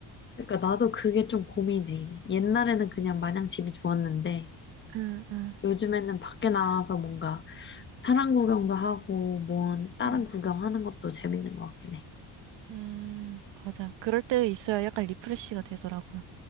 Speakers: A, on the left; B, on the right.
A: 그러니까 나도 그게 좀 고민이 되네. 옛날에는 그냥 마냥 집이 좋았는데,
B: 응, 응,
A: 요즘에는 밖에 나가서 뭔가 사람 구경도 하고, 뭐, 다른
B: 음,
A: 구경하는 것도 재밌는 것 같긴 해.
B: 음, 맞아. 그럴 때 있어야 약간 리프레시가 되더라고요.